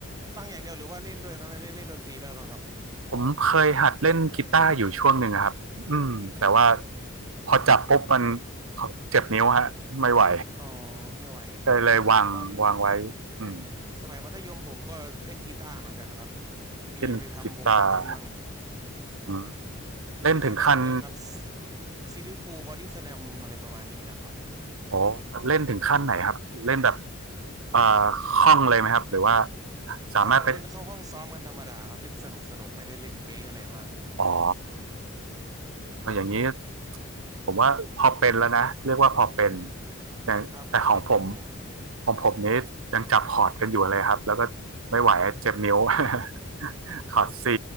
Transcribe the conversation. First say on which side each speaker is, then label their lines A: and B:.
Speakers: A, on the right; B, on the right.
A: ฟังอย่างเดียวหรือว่าเล่นด้วยครับได้เล่นดนตรีด้วยป่ะครับ
B: ผมเคยหัดเล่นกีตาร์อยู่ช่วงหนึ่งอะครับอืมแต่ว่าพอจับปุ๊บมันเจ็บนิ้วฮะไม่ไหว
A: อ๋อไม่ไหว
B: ก็เลยวางวางไว้อืม
A: ตอนสมัยมัธยมผมก็เล่นกีตาร์เหมือนกันครับ
B: เช่นกีตาร์
A: มีไปทำวงกับเพื่อนมั่ง
B: อืมเล่นถึงขั้น
A: เล่นแนวแนวนี่นะครับซิลลิฟูบอดี้สแลมอะไรประมาณนี้แหละครับ
B: โอ้เล่นถึงขั้นไหนครับเล่นแบบเอ่อคล่องเลยไหมครับหรือว่าสามารถเป็น
A: ก็เล่นเข้าห้องซ้อมกันธรรมดาครับเล่นสนุกสนุกไม่ได้เล่นเป๊ะอะไรมาก
B: อ๋อโอ้อย่างนี้ผมว่าพอเป็นแล้วนะเรียกว่าพอเป็นแต่แต่ของผม
A: ครับพอเป็นครับผม
B: ของผมนี้ยังจับคอร์ดกันอยู่เลยครับแล้วก็ไม่ไหวเจ็บนิ้ว <laughs>
A: <laughs>
B: คอร์ดซี
A: ครับ